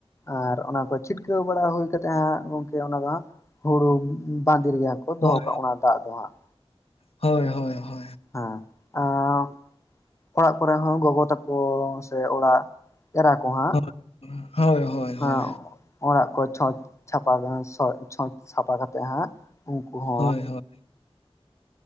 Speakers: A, on the left; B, on the left.
A: ᱟᱨ ᱚᱱᱟ ᱠᱚ ᱪᱷᱤᱴ ᱠᱟᱹᱣ ᱵᱟᱲᱟ ᱦᱩᱭ ᱠᱟᱛᱮᱜ ᱦᱟᱸᱜ ᱜᱚᱝᱠᱮ ᱚᱱᱟ ᱫᱚ ᱦᱟᱸᱜ ᱦᱩᱲᱩ ᱵᱟᱸᱫᱤ ᱨᱮᱜᱮ ᱠᱚ
B: ᱦᱳᱭ
A: ᱫᱚᱦᱚ ᱠᱟᱜᱼᱟ ᱚᱱᱟ ᱫᱟᱜ ᱫᱚ ᱦᱟᱸᱜ
B: ᱦᱳᱭ ᱦᱳᱭ ᱦᱳᱭ ᱦ
A: ᱦᱮᱸ ᱚᱸᱻ ᱚᱲᱟᱜ ᱠᱚᱨᱮ ᱦᱚᱸ ᱜᱚᱜᱚ ᱛᱟᱠᱚ, ᱥᱮ ᱚᱲᱟᱜ ᱮᱨᱟ ᱠᱚ ᱦᱟᱸᱜ
B: ᱦᱳᱭ ᱦᱳᱭ ᱦᱳᱭ ᱦᱳᱭ
A: ᱦᱮᱸ ᱚᱲᱟᱜ ᱠᱚ ᱪᱷᱚᱸᱪ ᱪᱷᱟᱯᱟ ᱥᱚᱡ ᱪᱷᱚᱸᱪ ᱥᱟᱯᱟ ᱠᱟᱛᱮᱜ ᱦᱟᱸᱜ ᱩᱝᱠᱩ ᱦᱚᱸ
B: ᱦᱳᱭ ᱦᱳᱭ